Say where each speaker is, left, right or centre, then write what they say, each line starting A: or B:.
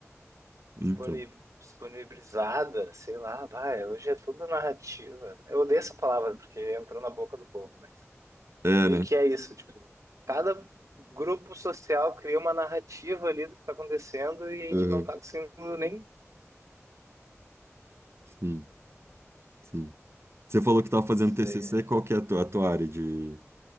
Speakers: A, on the right (about 55°); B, on the right (about 85°).
A: Então,
B: disponi- disponibilizada, sei lá, vai, hoje é tudo narrativa. Eu odeio essa palavra porque entrou na boca do povo, mas
A: é,
B: Meio
A: né?
B: que é isso, tipo, cada grupo social cria uma narrativa ali do que está acontecendo e a gente
A: Aham,
B: não está conseguindo nem
A: sim, sim. Você falou que estava fazendo
B: isso
A: TCC,
B: daí. é-
A: qual que é a tua, a tua área de,